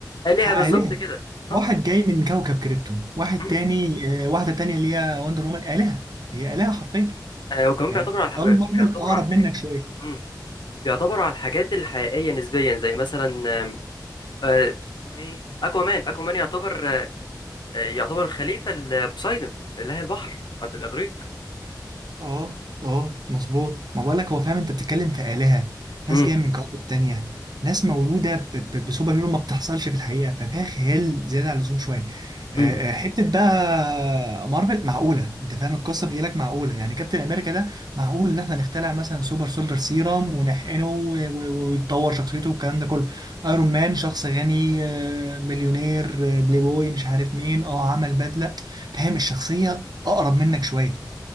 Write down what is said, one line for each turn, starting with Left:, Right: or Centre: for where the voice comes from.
Left: آلهة
Right: ح- آلهة
Left: بالظبط كده
Right: واحد
Left: أه
Right: جاي من كوكب كريبتون واحد
Left: <clears throat>
Right: تاني آه، واحدة تانية اللي هي وندر وومن آلهة هي آلهة حرفيا
Left: آه، وكمان
Right: يعني
Left: بيعتبروا على
Right: أبطال
Left: الح-
Right: مارفل
Left: بيعتبروا
Right: أقرب
Left: على الحاجات
Right: منك شوية
Left: مم. بيعتبروا على الحاجات الحقيقية نسبيا زي مثلا آم، آه، اسمه إيه؟ أكوامان أكوامان يعتبر آه، يعتبر خليفة لبوسايدون إله البحر عبد الإغريق
Right: اه اه مظبوط ما بقولك هو فاهم انت بتتكلم في آلهة ناس
Left: مم.
Right: جاية من كواكب تانية ناس مولودة ب- ب- بسوبر هيرو ما بتحصلش في الحقيقة ففيها خيال زيادة عن اللزوم شوية آه،
Left: مم.
Right: آه، حتة بقى مارفل معقولة انت فاهم القصة بتجي لك معقولة يعني كابتن امريكا ده معقول ان احنا نخترع مثلا سوبر سولدر سيرام ونحقنه و- و- ويتطور شخصيته والكلام ده كله ايرون مان شخص غني آه، مليونير آه، بلاي بوي مش عارف مين اه عمل بدلة فاهم الشخصية اقرب منك شوية